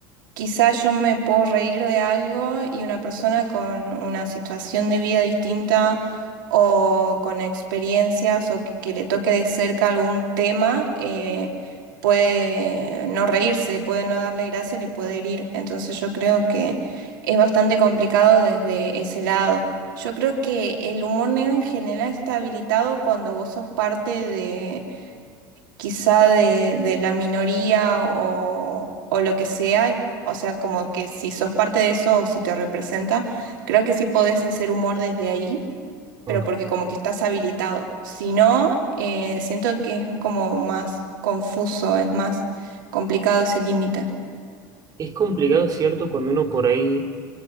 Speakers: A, on the right; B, on the right.
A: quizás yo me puedo reír de algo y una persona con una situación de vida distinta o con experiencias o que, que le toque de cerca algún tema, eh, puede no reírse, puede no darle gracia, le puede herir. Entonces yo creo que es bastante complicado desde ese lado. Yo creo que el humor negro en general está habilitado cuando vos sos parte de quizá de, de la minoría o, o lo que sea, o sea, como que si sos parte de eso o si te representa, creo que sí podés hacer humor desde ahí,
B: Ok.
A: pero porque como que estás habilitado. Si no, eh, siento que es como más confuso, es más complicado ese límite.
B: Es complicado, ¿cierto? Cuando uno por ahí